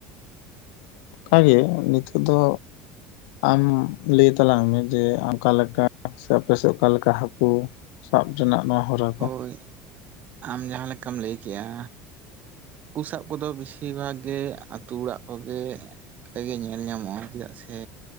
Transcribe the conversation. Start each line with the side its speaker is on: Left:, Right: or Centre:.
Left: ᱚᱱᱠᱟ ᱜᱮ ᱱᱤᱛᱚᱜ ᱫᱚ ᱟᱢ ᱞᱟᱹᱭ ᱛᱟᱞᱟᱝ ᱢᱮ ᱡᱮ ᱚᱠᱟ ᱞᱮᱠᱟ ᱥᱮ ᱟᱯᱮ ᱥᱮᱫ ᱚᱠᱟ ᱞᱮᱠᱟ ᱦᱟᱹᱠᱩ ᱥᱟᱵ ᱡᱚᱱᱟᱜ ᱱᱚᱣᱟ ᱦᱚᱨᱟ ᱠᱚ
Right: ᱦᱳᱭ ᱟᱢ ᱡᱟᱦᱟᱸ ᱞᱮᱠᱟᱢ ᱞᱟᱹᱭ ᱠᱮᱜᱼᱟ ᱦᱟᱠᱩ ᱥᱟᱵ ᱠᱚᱫᱚ ᱵᱮᱥᱤ ᱵᱷᱟᱜᱽ ᱜᱮ ᱟᱛᱩ ᱚᱲᱟᱜ ᱠᱚᱜᱮ ᱛᱮᱜᱮ ᱧᱮᱞ ᱧᱟᱢᱚᱜᱼᱟ ᱪᱮᱫᱟᱜ ᱥᱮ